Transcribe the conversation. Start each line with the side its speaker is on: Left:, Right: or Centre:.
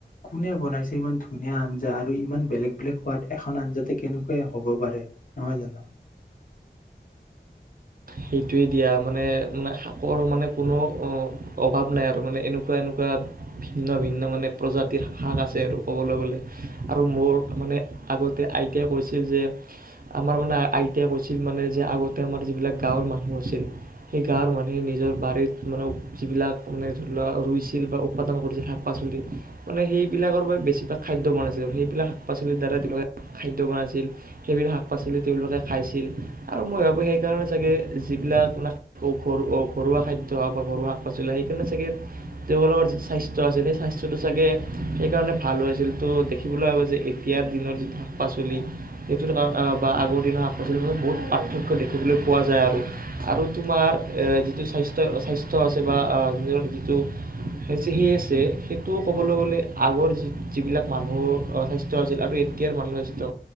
Left: কোনে বনাইছে ইমান ধুনীয়া আঞ্জা আৰু ইমান বেলেগ বেলেগ সোৱাদ এখন আঞ্জাতে কেনেকুৱাই হ'ব পাৰে নহয় জানো?
Right: সেইটোৱে দিয়া মানে মানে শাকৰ মানে কোনো অভাৱ নাই আৰু মানে এনেকুৱা এনেকুৱা ভিন্ন ভিন্ন মানে প্ৰজাতিৰ শাক আছে আৰু ক'বলৈ গ'লে আৰু মোৰ মানে আগতে আইতাই কৈছিল যে আমাৰ মানে আইতাই কৈছিল মানে যে আগতে আমাৰ যিবিলাক গাঁৱৰ মানুহ আছিল সেই গাঁৱৰ মানুহে নিজৰ বাৰীত মানে যিবিলাক মানে ধৰি লোৱা ৰুইছিল বা উৎপাদন কৰিছিল শাক পাচলি মানে সেইবিলাকৰ বাবে বেছিভাগ খাদ্য বনাইছিল সেইবিলাক শাক পাচলিৰ দ্বাৰা তেওঁলোকে খাদ্য বনাইছিল সেইবিলাক শাক পাচলি তেওঁলোকে খাইছিল আৰু মই ভাবোঁ সেইকাৰণে চাগে যিবিলাক মানে ঘৰুৱা খাদ্য হওক বা ঘৰুৱা শাক পাচলি সেইকাৰণে চাগে তেওঁলোকৰ যি স্বাস্থ্য আছিল সেই স্বাস্থ্যটো চাগে সেইকাৰণে ভাল হৈ আছিল ত' দেখিবলৈ পাব যে এতিয়াৰ দিনৰ যিটো শাক পাচলি সেইটোৰ কাৰ বা আগৰ দিনৰ শাক পাচলিৰ মত বহুত পাৰ্থক্য দেখিবলৈ পোৱা যায় আৰু আৰু তোমাৰ যিটো স্বাস্থ্য স্বাস্থ্য আছে বা নিজৰ যিটো হে চি সেই আছে সেইটো ক'বলৈ গ'লে আগৰ যি যিবিলাক মানুহৰ স্বাস্থ্য আছিল আৰু এতিয়াৰ মানুহৰ স্বাস্থ্য